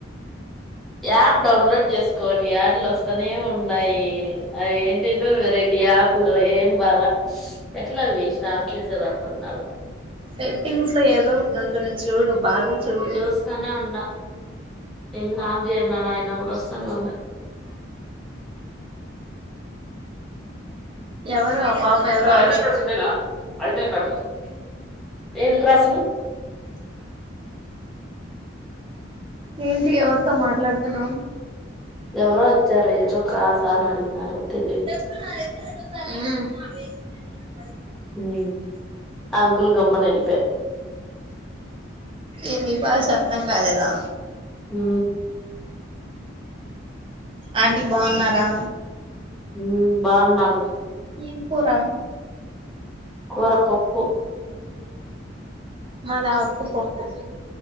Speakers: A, in the centre; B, on the right (about 25°).
A: యాప్ డౌన్లోడ్ చేసుకోని యాడ్ లు వస్తనే ఉన్నాయి అది ఏంటేంటివో వెరైటీ యాప్ లు ఏం బాలా ఎట్లావి స్టాప్ చేసేడి అర్ధంకాల
B: సెట్టింగ్స్ లో ఏదో ఒకటి ఉంటుంది చూడు బాగా చూడు
A: జూస్తానే ఉండా ఎన్ని ఆఫ్ చేస్నానో అయినా కూడా వస్తానే ఉండయ్
B: ఎవరు ఆ పాప ఎవరో
A: సార్ ఐనా
B: అరు
A: క్లాస్ ఇద్దేనా ఐనా క్లాక్స్ కోసం ఏం క్రాసలు
B: ఏంటి ఎవరితో మాట్లాడుతున్నావ్
A: ఎవరో వచ్చారు ఏదో క్లాస అని అడిగినారు తెలియదు
B: మ్
A: మ్ అంకుల్ గమ్మున ఎల్లిపోయాడు
B: ఎందీ భాష అర్ధం కాలేదా
A: మ్
B: ఆంటీ బాగున్నారా
A: మ్ బాగున్నాను
B: ఏం కురా
A: కూరపప్పు
B: మది ఆకు పప్పు